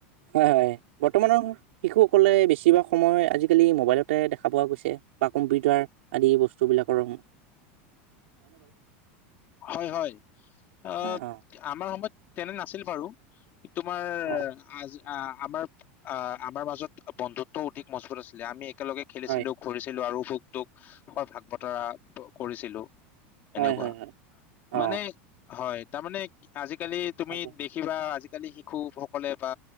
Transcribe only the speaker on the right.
হয় হয় বৰ্তমানৰ শিশুসকলে বেছিভাগ সময় আজিকালি মোবাইলতে দেখা পোৱা গৈছে বা কম্পিউটাৰ আদি বস্তুবিলাকৰ সম
হয় অ
অ
হয়
হয়
হয় হয় অ
তাকে